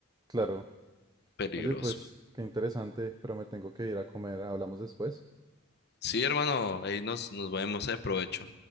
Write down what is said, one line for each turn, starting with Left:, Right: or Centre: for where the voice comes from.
Right: Claro.
Left: peligroso.
Right: Oye, pues, qué interesante, pero me tengo que ir a comer. Hablamos después.
Left: Sí, hermano, ahí nos, nos vemos, eh, provecho.